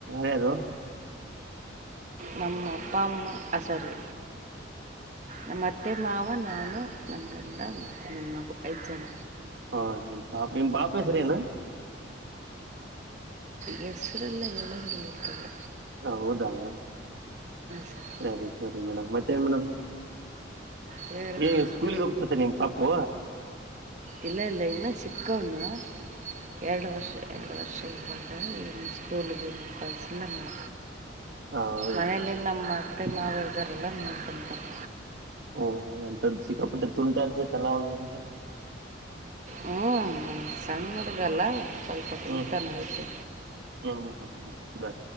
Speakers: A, on the right (about 60°); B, on the right (about 40°).
A: ಯಾರ್ಯಾರು
B: ನಮ್ಮ ಅಪ್ಪಾ ಅಮ್ಮ ಹಸರು ನಮ್ಮತ್ತೆ ಮಾವ ನಾನು ನನ್ಗಂಡ ಮತ್ತು ನಿನ್ನ ಮಗು ಐದು ಜನ
A: ಹಾ ನಿಮ್ ನಿಮ್ ಪಾಪು ಹೆಸರು ಏನು
B: ಹೆಸ್ರಲ್ಲ ಏಳಂಗಿಲ್ಲಲ್ರಿ
A: ಹ ಹೌದಾ
B: ಸರ್
A: ಸರಿ ಸರಿ ಮೇಡಮ್ ಮತ್ತೆ ಏನ್ ಮೇಡಮ್
B: ಹೇಳ್ಬೇಕು
A: ಏ ಸ್ಕೂಲಿಗೆ ಹೋಗ್ತತೆ ನಿಮ್ ಪಾಪು
B: ಇಲ್ಲ ಇಲ್ಲ ಇನ್ನು ಚಕ್ಕವನ್ನು ಎರಡು ವರ್ಷ ಎರಡು ವರ್ಷದ್ ಮಗು ಇನ್ನು ಸ್ಕೂಲಗೆ ಇನ್ನು ಕಲ್ಸಿಲಾನನು
A: ಹೌದ
B: ಮನೆಯಲ್ಲಿ ನಮ್ಮ ಅತ್ತೆ ಮಾವ ದರಲ್ಲ ನೋರ್ಕೊಂತಾರೆ
A: ಓಹೋ ಎಂತ ಸಿಕ್ಕಾಪಟ್ಟೆ ತುಂಟ ತಲ್ಲ ಒನಿಗೆ
B: ಹ್ಮ್ ಹಾಂ ಸಣ್ಣಡುಗಲ್ಲ ಸ್ವಲ್ಪ ತಿಂತಾನೆ
A: ಹ್ಮ್
B: ಅದ್ದಿಕೆ
A: ಹ್ಮ್ ಹ್ಮ್ ಹ್ಮ್ ಬ